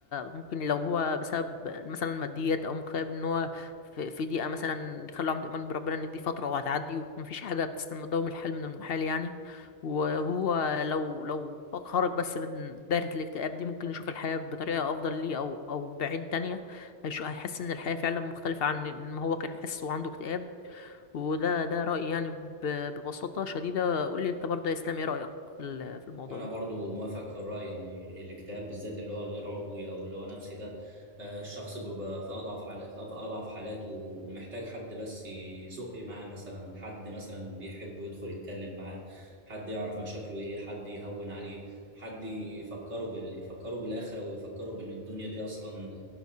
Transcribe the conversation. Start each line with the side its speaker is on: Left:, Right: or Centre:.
Left: ممكن لو هو بسبب مثلا ماديات او مكتئب ان هو في في ضيقه مثلا خلوا عنده ايمان بربنا ان دي فتره وهتعدي ومفيش حاجه بتستلم دوام الحال من المحال يعني وهو لو لو خرج بس من دايره الاكتئاب دي ممكن يشوف الحياه بطريقه افضل ليه او او بعين تانية هيشو- هيحس ان الحياه فعلا مختلفه عن ما هو كان حاسس وعنده اكتئاب وده ده رايي يعني ب- ببساطه شديده قول لي انت برضه يا اسلام ايه رايك في ال- في الموضوع
Right: انا
Left: ده
Right: برضو موافق في الراي ان الاكتئاب بالذات اللي هو غير عضوي او اللي هو نفسي ده آه، الشخص بيبقى في اضعف حال- في اضعف حالاته ومحتاج حد بس يزق معاه مثلا حد مثلا بيحبه يدخل يتكلم معاه حد يعرف مشاكله ايه حد يهون عليه حد يفكره بال... يفكره بالاخره ويفكره بان الدنيا دي اصلا